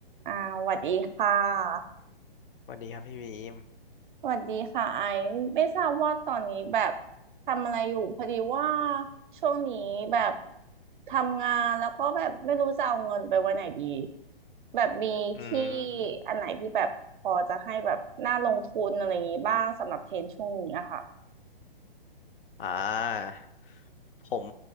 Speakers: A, on the right; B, on the left.
A: อ่าสวัสดีค่ะ
B: สวัสดีครับพี่บีม
A: สวัสดีค่ะไอซ์ไม่ทราบว่าตอนนี้แบบทำอะไรอยู่พอดีว่าช่วงนี้แบบทำงานแล้วก็แบบไม่รู้จะเอาเงินไปไว้ไหนดีแบบมีที่
B: อืม
A: อันไหนที่แบบพอจะให้แบบน่าลงทุนอะไรอย่างนี้บ้างสำหรับเทรนด์ช่วงนี้อะค่ะ
B: อ่าผม